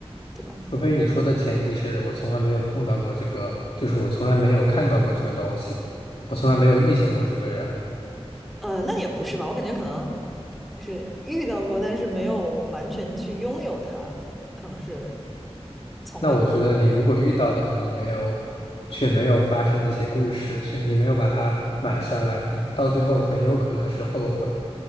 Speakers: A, in the centre; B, on the left.
A: 对吧？
B: 除非你说的前提是我从来没有碰到过这个，就是我从来没有看到过这个东西，我从来没有遇见过这个人。
A: 呃，那也不是吧，我感觉可能。就是遇到过，但是没有完全去拥有它，可能是从未得到
B: 那我觉得你如果遇到了，你没有，却没有发生一些故事，其实你没有把它买下来，你到最后很有可能是后悔，